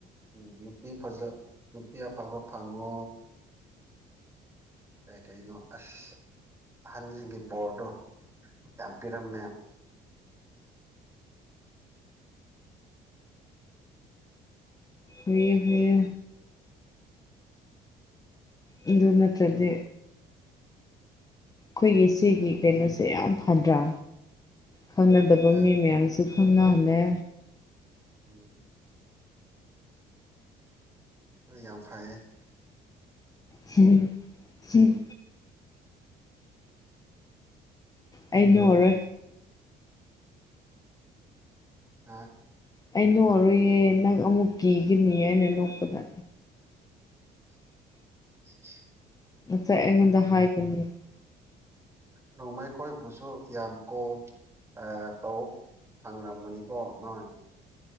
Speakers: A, on the right (about 15°); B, on the left (about 20°).
A: ꯎꯝ ꯅꯨꯄꯤ ꯐꯖ ꯅꯨꯄꯤ ꯑꯐꯕ ꯐꯪꯉꯣ ꯑꯤ ꯀꯥꯏ ꯀꯩꯅꯣ ꯑꯁ ꯑꯍꯟꯁꯤꯡꯒꯤ ꯕꯣꯔꯗꯣ ꯌꯥꯝ ꯄꯤꯔꯝꯃꯦ
B: ꯐꯩꯌꯦ ꯐꯩꯌꯦ ꯑꯗꯨ ꯅꯠꯇ꯭ꯔꯗꯤ
A: ꯇꯨꯝꯅꯤꯡ
B: ꯑꯩꯈꯣꯏꯒꯤ ꯁꯤꯒꯤ
A: ꯇꯨꯝꯅꯤꯡ
B: ꯀꯩꯅꯣꯁꯦ ꯌꯥꯝ ꯐꯗ꯭ꯔꯥ ꯈꯪꯅꯗꯕ
A: ꯑꯥ
B: ꯃꯤ ꯃꯌꯥꯝꯁꯨ ꯈꯪꯅꯍꯜꯂꯦ
A: ꯎꯝ ꯌꯥꯝ ꯐꯩꯌꯦ
B: ꯁꯤꯔꯤ ꯁꯤꯔꯤ ꯑꯩꯩ ꯅꯣꯛꯑꯔꯣꯏ
A: ꯑꯥ
B: ꯑꯩ ꯅꯣꯛꯑꯔꯣꯏꯌꯦ ꯅꯪ ꯑꯃꯨꯛ ꯀꯤꯒꯅꯤ ꯑꯩꯅ ꯅꯣꯛꯄꯗ
A: <inaudible>
B: ꯑꯆꯩ ꯑꯩꯉꯣꯟꯗ ꯍꯥꯏꯕꯅꯤ
A: ꯅꯣꯡꯃꯩꯈꯣꯏꯕꯨꯁꯨ ꯌꯥꯝ ꯀꯣ ꯑꯥ ꯇꯧ ꯊꯥꯡꯔꯝ ꯅꯤꯀꯣ ꯅꯣꯏ